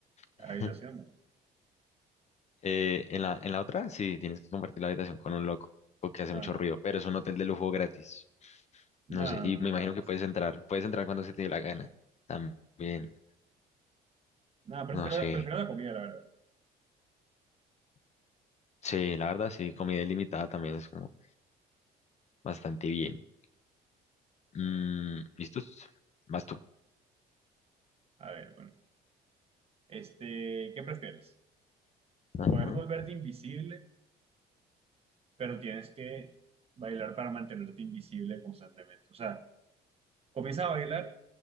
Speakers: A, on the right; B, on the left.
A: la
B: <laughs>
A: habitación, ¿no?
B: eh, en la, en la otra, sí, tienes que compartir la habitación con un loco que hace
A: No,
B: mucho ruido, pero es un hotel de lujo gratis.
A: no,
B: No sé,
A: no,
B: y
A: no,
B: me imagino
A: no, no.
B: que puedes
A: no.
B: entrar, puedes entrar cuando se te dé la gana. También,
A: No, prefiero,
B: no sé.
A: prefiero la comida, la verdad.
B: Sí, la verdad, sí, comida ilimitada también es como bastante bien. Mm, ¿listos? Vas tú.
A: A ver, bueno, este, ¿qué prefieres?
B: Ajá.
A: Poder volverte invisible, pero tienes que bailar para mantenerte invisible constantemente. O sea, comienzas a bailar,